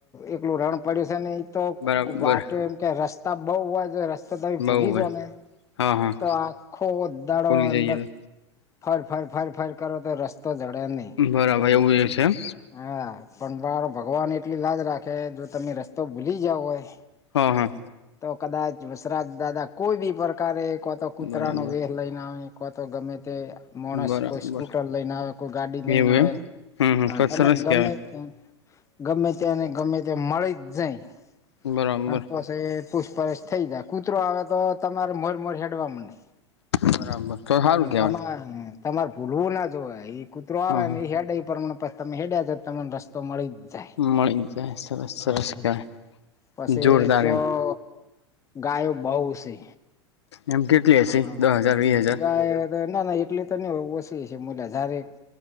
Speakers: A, on the left; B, on the left.
A: એકલું રણ પડ્યું છે ને એ તો
B: બરાબર
A: વાટ્યો એમ કે રસ તો બઉ હોય જો રસ્તો તમે
B: બહુ
A: ભૂલી
B: હોય
A: જો ને
B: હા હા
A: તો આ આખો દાડો
B: બોલી
A: અંદર
B: જઈએ તો
A: ફર-ફર-ફર-ફર કરો તો રસ તો જડે નહી
B: બરાબર એવું એવું
A: <inaudible>
B: છે એમ
A: હા. પણ મારો ભગવાન એટલી લાજ રાખે જો તમે રસ્તો ભૂલી ગયા હોય
B: હા હા
A: તો કદાચ વસરાજ દાદા કોઈ બી પ્રકારે કો તો કૂતરાનો
B: બરાબર
A: વેર લઈને આવે કો તો ગમે તે માણસ
B: બરાબર
A: કોઈ સ્કૂટર લઈને આવે કોઈ ગાડી
B: એવું
A: લઈને આવે
B: એમ હમ હમ
A: હા
B: તો
A: તમને
B: સરસ
A: ગમે
B: કેવાય
A: ત્યાં ગમે ત્યાંને ગમે ત્યાં મળી જ જાય.
B: બરાબર.
A: અને પછી પૂછપરછ થઈ જાય કૂતરો આવે તો તમારે મોડ મોડ હેડવામાં નહી.
B: બરાબર તો સારું કે
A: તમારે તમારે ભૂલવું ના જોવે એ કૂતરો આવે
B: હા હા
A: ને એ હેડ પ્રમાણે તમે હેડ્યા જતા તમને રસ્તો મળી જાય
B: મળી સરસ સરસ
A: <inaudible>
B: કેવાય
A: પછી
B: જોરદાર
A: ત્યો
B: એમ
A: ગાયો બઉ છે.
B: એમ કેટલી હશે
A: હા
B: દસ હજાર વીસ હજાર.
A: ગાય ના ના એટલી તો નહી હોય ઓછી હશે મુલા જારે